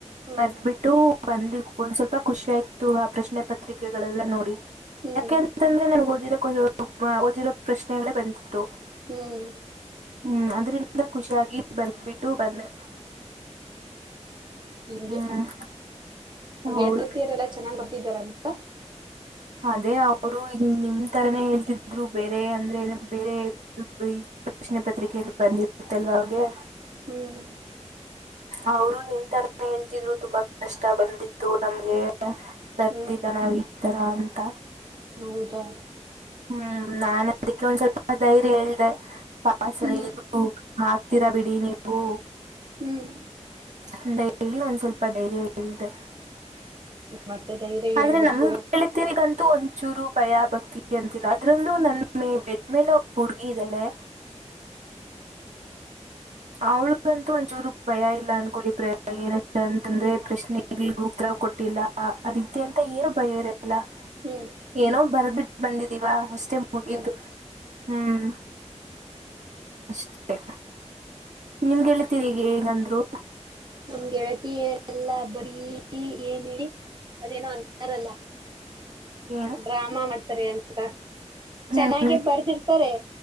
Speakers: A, on the right; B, on the right.
A: ಹ್ಮ್
B: ಬರ್ದ್ಬಿಟ್ಟು ಬಂದಿ ಒಂದ್ ಸ್ವಲ್ಪ ಖುಷಿ ಆಯ್ತು ಆ ಪ್ರಶ್ನೆ ಪತ್ರಿಕೆಗಳೆಲ್ಲ ನೋಡಿ.
A: ಹ್ಮ್
B: ಯಾಕೆಂತಂದ್ರೆ ನನ್ಗೆ ಓದಿರೋ ಓದಿರೋ ಪ್ರಶ್ನೆಗಳೇ ಬಂತಿತ್ತು.
A: ಹ್ಮ್
B: ಹ್ಮ್ ಅದ್ರಿಂದ ಖುಷಿಯಾಗಿ ಬರ್ದಬಿಟ್ಟು ಬಂದೆ.
A: ಹಂಗೆ
B: ಹ್ಮ್ ಹೌದು
A: ಗೆಳ್ತಿಯರೆಲ್ಲಾ ಚೆನ್ನಾಗ್ ಬರ್ತಿದಾರಂತ.
B: ಅದೇ ಅವರು ನಿಮ್ ತರನೇ ಹೇಳ್ತಿದ್ರು ಬೇರೆ ಅಂದ್ರೆ ಬೇರೆ ಪ್ರಶ್ನೆ ಪತ್ರಿಕೆಗೆ ಬಂದಿತ್ತಲ್ವ ಅವ್ರಗೆ
A: ಹ್ಮ್
B: ಅವರು ನಿನ್ ತರಾನ ಹೇಳ್ತಿದ್ರು ತುಂಬಾ ಕಷ್ಟ ಬಂದಿತ್ತು ನಮ್ಗೆ ಬರೆದಿಲ್ಲ
A: ಹ್ಮ್
B: ನ ಈ ತರ ಅಂತ
A: ಹೌದಾ
B: ಹ್ಮ್ ನಾ ಅದಕ್ಕೆ ಒಂದ್ ಸ್ವಲ್ಪ ಧೈರ್ಯ ಹೇಳ್ದ ಪ
A: ಹ್ಮ್
B: ಇದು ಹಾಕ್ತೀರಾ ಬಿಡಿ ನೀವು.
A: ಹ್ಮ್
B: ಅಂತ ಹೇಳಿ ಒಂದ್ ಸ್ವಲ್ಪ ಧೈರ್ಯ ಹೇಳ್ದೆ.
A: ಮತ್ತೆ ಧೈರ್ಯ
B: ಆದ್ರೆ
A: ಹೇಳ್ಬೇಕು
B: ನಮಗ್ ಕ ತಿರಿಗಂತೂ ಒಂಚೂರು ಭಯ ಭಕ್ತಿ ಅಂತಿಲ್ಲ ಅದ್ರಂದು ನನ್ನ ಬೆದ್ಮೇಲೆ ಒಬ್ಬ ಹುಡ್ಗಿ ಇದ್ದಾಳೆ. ಅವ್ಳಗಂತೂ ಒಂದಚೂರು ಭಯ ಇಲ್ಲ ಅನ್ಕೊಳ್ಳಿ ಪ್ರ ಏನ ಅಂತಂದ್ರೆ ಪ್ರಶ್ನೆ ಗೆ ಉತ್ತರ ಕೊಟ್ಟಿಲ್ಲ ಅದಿಕೆ ಅಂತ ಏನು ಭಯ ಇರಲ್ಲ
A: ಹ್ಮ್
B: ಏನೋ ಬರ್ಬಿಟ್ಟು ಬಂದಿದ್ದೀವ ಅಷ್ಟೇ ಮುಗೀತು
A: ಹ್ಮ್
B: ಹ್ಮ್ ಅಷ್ಟೆ ನಿಮ್ಗೆಳ್ತಿರಿ ಈಗ ಹೇಗಂದ್ರು
A: ನಮ್ಗೆಳತಿ ಎಲ್ಲಾ ಬರೀ ಏನ್ ಹೇಳಿ ಅದೇನೋ ಅಂತರಲ್ಲ
B: ಏನು
A: ಡ್ರಾಮಾ ಮಾಡ್ತಾರೆ ಅಂತ
B: ಹ್ಮ್
A: ಚೆನ್ನಾಗೆ ಬರ್ದಿರ್ತಾರೆ